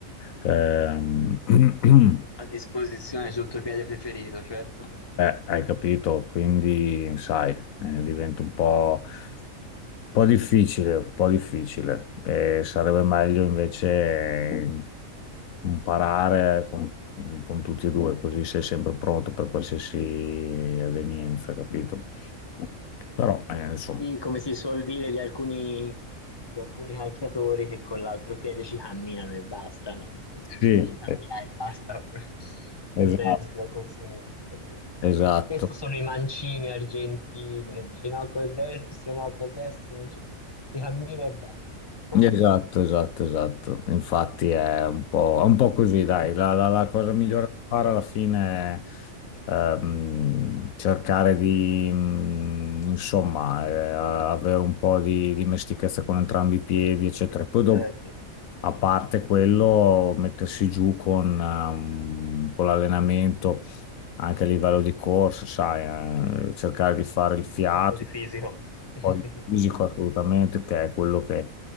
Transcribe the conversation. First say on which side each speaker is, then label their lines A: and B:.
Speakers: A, on the left; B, on the left.
A: Ehm, <clears throat>
B: a disposizione sul tuo piede preferito, certo.
A: eh, hai capito? Quindi, sai, eh, diventa un po' po' difficile, un po' difficile. Eh, sarebbe meglio invece eh, imparare con, con tutti e due, così sei sempre pronto per qualsiasi evenienza, capito? Però, eh, insomma,
B: Sì, come si suol dire di alcuni, di alcuni calciatori che con l'altro piede ci camminano e basta, no? Quando si
A: sì,
B: dice ci cammina
A: eh,
B: e basta <laughs> proprio, col
A: esatto.
B: destro o col sinistro, sì.
A: Esatto.
B: Questo sono i mancini argentini che dice no, col destro, no, col destro non ci... si cammina e basta. <laughs>
A: Esatto, esatto, esatto. Infatti è un po', è un po' così, dai. La, la- la cosa migliore
B: Eh,
A: da fare alla fine è ehm, cercare di, mm, insomma, eh, avere un po' di dimestichezza con entrambi i piedi, eccetera. Poi dopo
B: certo.
A: a parte quello, mettersi giù con, ehm, con l'allenamento anche a livello di corsa, sai, eh, cercare di fare il fiato,
B: Un po' di fisico. <laughs>
A: poi il fisico assolutamente, che è quello che